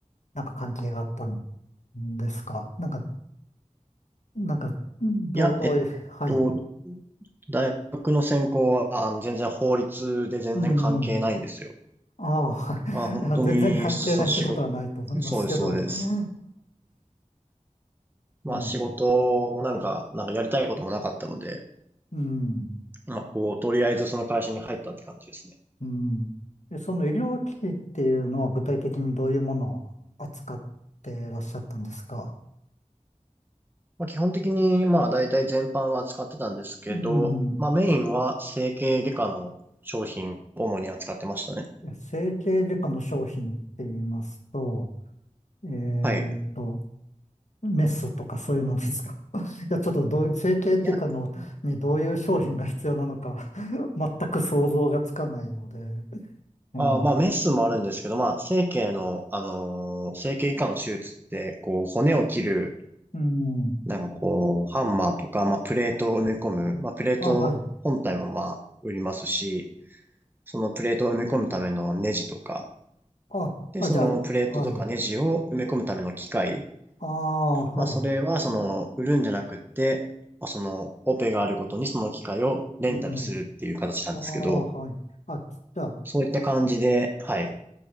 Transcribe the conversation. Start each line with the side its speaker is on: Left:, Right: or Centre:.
Left: なんか関係があったんですかなんか、なんか、どう、
Right: いや、
Left: どういう、
Right: えっと、
Left: はい。
Right: 大学の専攻は、あの、全然法律で全然関係ないんですよ。
Left: うん。ああ、はい。
Right: まあ、本当に、
Left: <laughs> いや、全然関係ないってことはないと思いますけど。
Right: そう、仕事、そうです、そうです。
Left: は
Right: まあ、
Left: い。ええ。
Right: 仕事もなんか、なんかやりたいこともなかったので、
Left: うん。
Right: まあ、こう、とりあえずその会社に入ったって感じですね。
Left: うん。で、その医療機器っていうのは具体的にどういうものを扱っていらっしゃったんですか
Right: まあ、基本的に、まあ、大体全般は扱ってたんですけど、
Left: うん。
Right: まあ、メインは整形外科の商品を主に扱ってましたね。
Left: え整形外科の商品って言いますと、え
Right: はい。
Left: っと、メスとかそういうのですか <laughs> いや、ちょっとどういう、整形っていうかの、
Right: いや
Left: にどういう商品が必要なのか <laughs> 全く想像がつかないので。うん
Right: あーまあ、メスもあるんですけど、まあ、整形の、あのー整形外科の手術って、こう、骨を切る、
Left: うん。
Right: なんかこう、ハンマーとか、まあ、プレートを埋め込む、まあ、プレート本体もまあ、
Left: あ、はい。
Right: 売りますし、そのプレートを埋め込むためのネジとか、
Left: あ、
Right: で、
Left: あ、
Right: そのプレートとかネジを埋め込むための機械、
Left: じゃあ、はい。ああ、はい。
Right: まあ、それは、その、売るんじゃなくって、まあ、その、オペがあるごとにその機械をレンタルするっていう形なんですけど、
Left: うん。ああ、はい。あ、じゃあ、
Right: そういった感じで、はい。